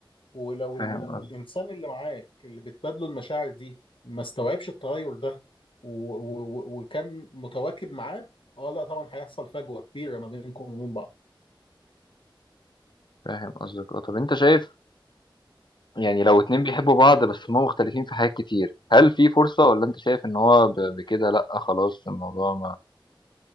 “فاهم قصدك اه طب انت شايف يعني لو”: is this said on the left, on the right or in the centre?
Left